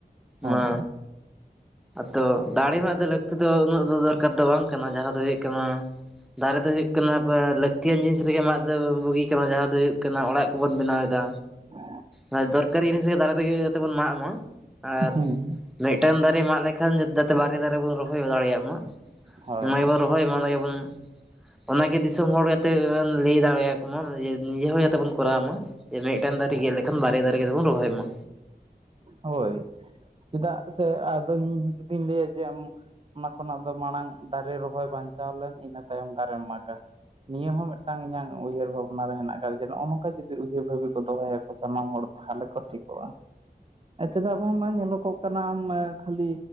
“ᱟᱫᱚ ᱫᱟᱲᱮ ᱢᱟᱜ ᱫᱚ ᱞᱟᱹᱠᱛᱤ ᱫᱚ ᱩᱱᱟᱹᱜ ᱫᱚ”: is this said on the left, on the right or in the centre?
Centre